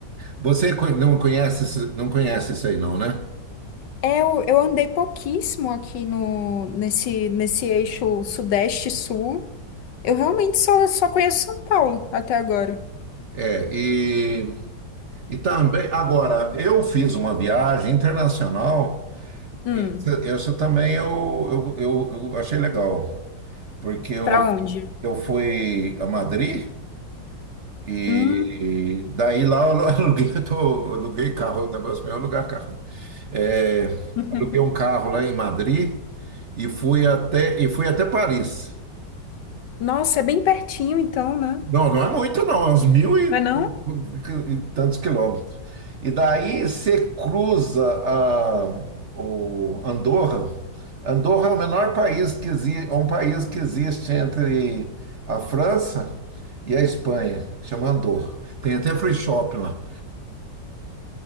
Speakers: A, on the right; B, on the left.
A: Você co- não conhece, esse- não conhece isso aí, não, né?
B: É, Eu, eu andei pouquíssimo aqui no nesse nesse eixo sudeste-sul. Eu realmente só, só conheço São Paulo até agora.
A: É, e E também, agora, eu fiz uma viagem internacional,
B: Hum,
A: essa, essa também eu, eu, eu, eu achei legal, porque eu,
B: para onde?
A: eu fui a Madrid e
B: Hum.
A: daí lá eu alu- <laughs> aluguei, eu tô- eu aluguei carro, o negócio meu é alugar carro. É,
B: <laughs>
A: aluguei um carro lá em Madrid e fui até, e fui até Paris.
B: Nossa, é bem pertinho então, né?
A: Não, não é muito, não. É uns mil e,
B: Não é não?
A: e tantos quilômetros. E daí você cruza a, o Andorra. Andorra é o menor país que existe, é um país que existe entre a França e a Espanha. Chama Andorra. Tem até free shop lá.